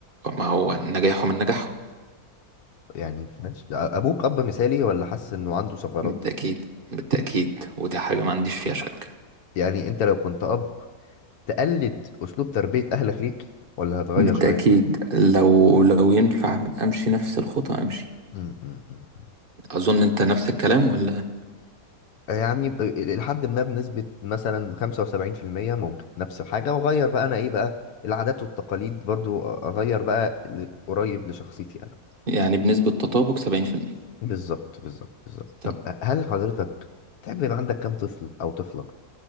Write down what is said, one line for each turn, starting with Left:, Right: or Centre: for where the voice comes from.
Right: ما هو نجاحه من نجاحهم
Left: يعني ماشي ابوك اب مثالي ولا حاسس انه عنده ثغرات
Right: بالتأكيد بالتأكيد ودي حاجة ما عنديش فيها شك
Left: يعني انت لو كنت اب تقلد اسلوب تربيه اهلك ليك ولا هتغير
Right: بالتأكيد
Left: شويه
Right: لو لو ينفع أمشي نفس الخطى أمشي
Left: م- م- م- م.
Right: أظن أنت نفس الكلام ولا
Left: يعني ب- لحد ما بنسبه مثلا 75% ممكن نفس الحاجه واغير بقى انا ايه بقى العادات والتقاليد برضو اغير بقى ل- قريب لشخصيتي انا
Right: يعني بنسبة تطابق 70%
Left: بالظبط بالظبط بالظبط
Right: تمام
Left: طب هل حضرتك تحب يبقى عندك كام طفل او طفله